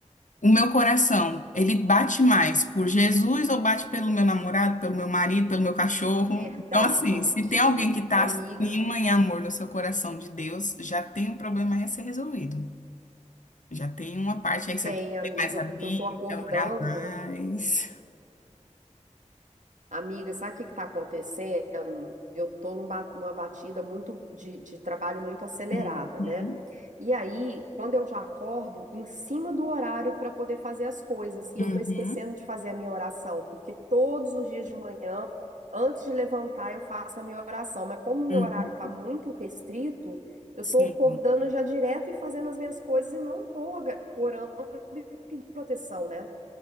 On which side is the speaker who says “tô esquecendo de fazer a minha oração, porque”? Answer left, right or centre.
Right